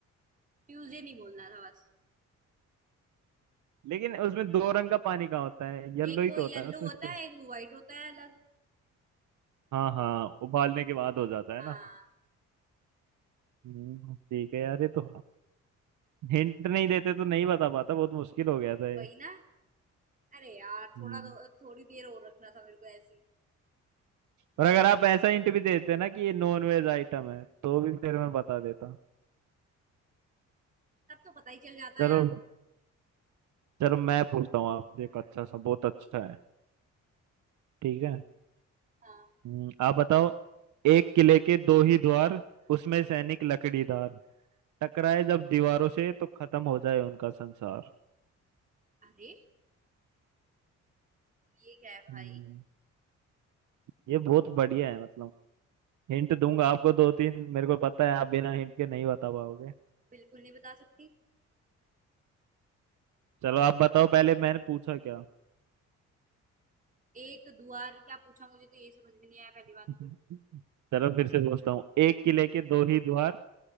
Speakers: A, on the right; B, on the right.
A: ट्यूसडे नहीं बोलना था बस
B: लेकिन उसमें दो रंग का पानी कहाँ होता है येलो
A: एक
B: ही
A: वो
B: तो
A: येलो
B: होता है उसमें
A: होता
B: से
A: है एक वो व्हाइट होता है अलग
B: हाँ हाँ उबालने के बाद हो जाता
A: हाँ
B: है ना हम्म, ठीक है यार ये तो हिंट नहीं देते तो नहीं बता पाता बहुत मुश्किल हो गया था ये
A: वही ना अरे यार
B: हम्म,
A: थोड़ा तो थोड़ी देर और रखना था मेरे को ऐसे ही
B: और अगर आप ऐसा हिंट भी देते ना कि ये नॉन वेज आइटम है तो भी फिर मैं बता देता
A: तब तो पता ही चल जाता
B: चलो
A: यार
B: चलो मैं पूछता हूँ आपसे एक अच्छा सा बहुत अच्छा है ठीक है
A: हाँ
B: हम्म, आप बताओ एक किले के दो ही द्वार उसमें सैनिक लकड़ीदार टकराए जब दीवारों से तो खत्म हो जाए उनका संसार
A: अरे ये क्या है भाई
B: हम्म, ये बहुत बढ़िया है मतलब हिंट दूंगा आपको दो तीन मेरे को पता है आप बिना हिंट के नहीं बता पाओगे
A: बिल्कुल नहीं बता सकती
B: चलो आप बताओ पहले मैंने पूछा क्या
A: एक द्वार क्या पूछा मुझे तो ये समझ में नहीं आया पहली बात
B: <laughs>
A: तो
B: चलो फिर से पूछता हूँ एक किले के दो ही द्वार